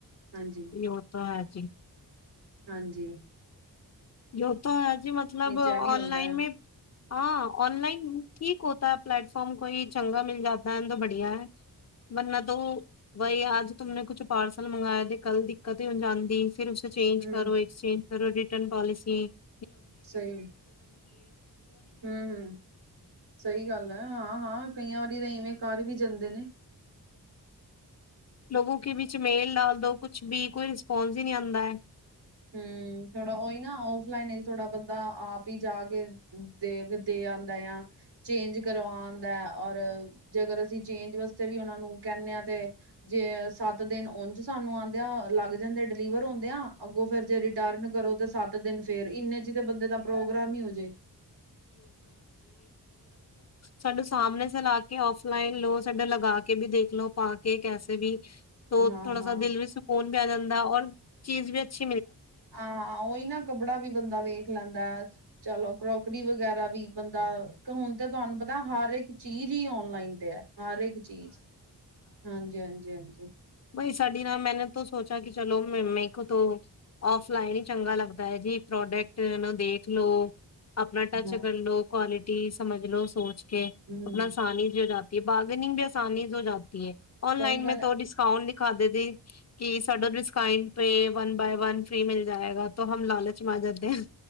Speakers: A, on the right; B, on the left.
A: ਹਾਂਜੀ।
B: ਯੋ ਤਾਂ ਹੈ ਜੀ
A: ਹਾਂਜੀ
B: ਯ ਤਾਂ ਹੈ ਜੀ, ਮਤਲਬ ਔਨਲਾਈਨ
A: ਇਹ ਵੀ ਹੁੰਦਾ ਹੈ
B: ਮੈਂ ਹਾਂ, ਔਨਲਾਈਨ ਠੀਕ ਹੋਤਾ ਹੈ ਪਲੇੈਟਫਾਰਮ ਕੋਈ ਚੰਗਾ ਮਿਲ ਜਾਤਾ ਹੈ ਤੋਂ ਬੜੀਆ ਹੈ ਵਰਨਾਂ ਤੋਂ ਵੋ ਵਹੀ ਆਜ ਤੁਮ ਨੇ ਕੁਛ ਪਾਰਸਲ ਮੰਗਵਾਆ ਤੇ ਕੱਲ ਦਿੱਕਤ ਹੀ ਹੋ ਜਾਂਦੀ ਫਿਰ ਉਸੇ ਚੇਂਜ
A: ਹੂੰ
B: ਕਰੋ, ਐਕਸਚੇਂਜ ਕਰੋ, ਰਿਟਰਨ ਪੋਲਸੀ ਠੀਕ
A: ਸਹੀ ਹਂ, ਹਂ ਸਹੀ ਗੱਲ ਐ, ਹਾਂ, ਹਾਂ ਕਈਆਂ ਵਾਰੀ ਤਾਂ ਇਵੇਂ ਘਰ ਵੀ ਜਂਦੇ ਨੇਂ
B: ਲੋਗੌ ਕੇ ਵਿਚ ਮੇਲ ਡਾਲ ਦੋ ਕੁਛ ਵੀ ਕੋਈ ਰਿਸਪੋਂਸ ਹੀ ਨਹੀਂ ਆਉਂਦਾ ਐ
A: ਹੂੰ ਥੋੜਾ ਓਹੀ ਨਾ ਓਫਲਾਈਨ ਵਿਚ ਥੋੜਾ ਬੰਦਾ ਆਪ ਹੀ ਜਾ ਕੇ ਦੇਖ ਦੇ ਆਂਦਾ ਆ ਚੇਂਜ ਕਰਵਾ ਆਂਦਾ ਔਰ ਜੇਕਰ ਅਸੀਂ ਚੇਂਜ ਵਾਸਤੇ ਵੀਓਨਾ ਨੂੰ ਕਹਿੰਦੇ ਆ ਤੇ ਜੇ ਸੱਤ ਦਿਨ ਉਜ ਸਾਨੂੰ ਆਂਦੇ ਆ ਲੱਗ ਜਾਂਦੇ ਡਿਲੀਵਰ ਹੁੰਦੇ ਆ ਅੱਗੋਂ ਫਿਰ ਜੇ ਰਿਟਰਨ ਕਰੋ ਤੇ ਸੱਤ ਦਿਨ ਫੇਰ ਇੰਨੇ ਚ ਤੇ ਬੰਦੇ ਦਾ ਪ੍ਰੋਗਰਾਮ ਹੀ ਹੋਜੇ
B: ਸਾਡੇ ਸਾਹਮਣੇ ਸ ਲਾ ਕੇ ਆਫਲਾਈਨ ਲਓ ਸਾਡਾ ਲਗਾ ਕੇ ਵੀ ਦੇਖ ਲਓ ਪਾ ਕੇ ਕੈਸੇ ਵੀ ਤ
A: ਹਾਂ-ਹਾਂ।
B: ਥੋੜਾ ਸਾ ਦਿਲ ਵਿੱਚ ਸਕੂਨ ਪੈ ਜਾਂਦਾ ਔਰ ਚੀਜ਼ ਵੀ ਅੱਛੀ
A: ਹਾਂ ਉਹੀ ਨਾ ਕੱਪੜਾ ਵੀ ਬੰਦਾ ਵੇਖ ਲੈਂਦਾ ਹੈ ਚਲੋ ਕਰੋਕਰੀ ਵਗੈਰਾ ਵੀ ਬੰਦਾ ਹੁਣ ਤੇ ਤੁਹਾਨੂੰ ਪਤਾ ਹਰ ਇੱਕ ਚੀਜ਼ ਹੀ ਔਨਲਾਈਨ ਹਰ ਇੱਕ ਚੀਜ਼ ਹਾਂਜੀ-ਹਾਂਜੀ ਹਾਂਜੀ <inaudible>
B: ਬਾਈ ਸਾਡੀ ਨਾਲ ਮੈਨੇ ਤੋਂ ਸੋਚਿਆ ਕਿ ਚਲੋ ਮ ਮੇ ਕੋ ਤੋਂ ਫਲਾਈਨ ਹੀ ਚੰਗਾ ਲੱਗਦਾ ਹੈ ਜੀ ਪ੍ਰੋਡਕਟ ਦੇਖ ਲੋ ਆਪਣਾ ਟਾਚਗ
A: ਹਾਂ
B: <unintelligible> ਲੋ ਕੁਾਲਿਟੀ ਸਮਝ ਲੋਓ ਸੋਚ ਕੇ
A: ਹੂੰ
B: ਆਪਣਾ ਸਾਨ ਹੀ <unintelligible> ਬਾਰਗਨਿੰਗ ਵੀ ਆਸਾਨੀ ਹੋ ਜਾਤੀ ਹੈ
A: ਸਹੀ
B: ਔਨਲਾਈਨ
A: ਗੱਲ
B: ਮੇ ਤੋ
A: ਹੈ
B: ਡਿਸ <unintelligible> ਦਿਖਾਦੇ ਸੀ ਕਿ ਸਾਡਾ <unintelligible> ਪੇ ਵਨ ਬਾਏ ਵਨ ਫਰੀ ਮਿਲ ਜਾਏਗਾ ਹਮ ਲਾਲਚ ਮ ਆ ਜਾਤੇ ਆ